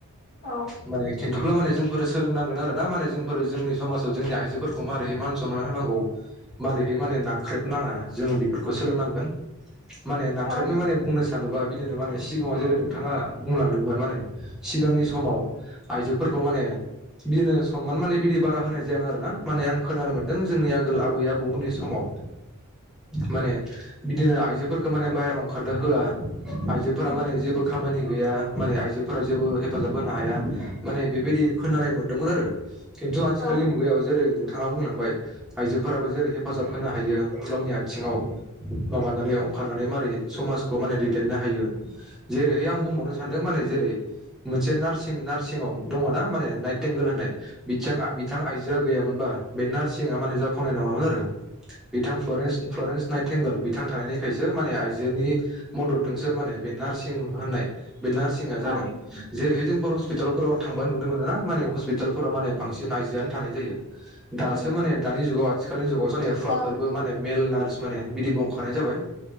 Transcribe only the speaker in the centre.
माने खिन्थुब्ला माने जोंफोरो सोलोंनांगोन आरोना माने जोंफोरो जोंनि समाजाव जोंनि आइजोफोरखौ मारै मान सनमान होनांगौ मारै माने नाख्रेब नाङा जोङो बेफोरखौ सोलोंनांगोन माने नांख्रेबनो
माने सानोबा बिदिनो माने सिगाङाव जेरै नोंथाङा बुंलांदोंमोन माने सिगांनि समाव आइजोफोरखौ माने बिदिनो समान माने बिदि बारा होनाय जायामोन आरोना माने आं खोनानो मोन्दों जोंनि आगोल आबै आबौमोननि समाव माने बिदिनो आइजोफोरखौ माने बाहेरायाव ओंखार नोहोआ आयजोफोरा
माने जेबो खामानि गैया माने आइजोफोरा जेबो हेफाजाब होनो हाया माने बेबायदि खोनानाय मोनदोंमोन आरो खिन्थु आथिखालनि
मुगायाव जेरै नोंथाङा बुंलां बाय आइजोफोराबो जेरै हेफाजाब होनो हायो गावनि आ थिङाव माबानानैयाव खारनानै मारै समाजखौ माने दैदेननो हायो जेरैहाय आं बुंबावनो सानदों माने जेरै मोनसे नारसिं नार्सिंव दङना माने नाइटेंगेल होननाय बि जोंआ बिथां आइजोआ गैयामोनबा बे नार्सिंआ माने जाफुंनाय नङामोन आरो बिथां फ्लरेन्स फ्लरेन्स नाइ थेंगल बिथां थानायनिखायसो माने आइ जोनि मददजोंसो माने बे नार्सिं होननाय बे नार्सिंआ जादों
जेरैहाय जोंफोर हस्पिटालफोराव थांबा नुनो मोनो ना माने हस्पितालफोराव माने बांसिन आइजोआनो थानाय जायो दासो
माने दानि जुगाव आथिखालनि जुगाव जानाय माने हौवाफोरबो
माने मेल नार्स माने बिदि बंखानाय जाबाय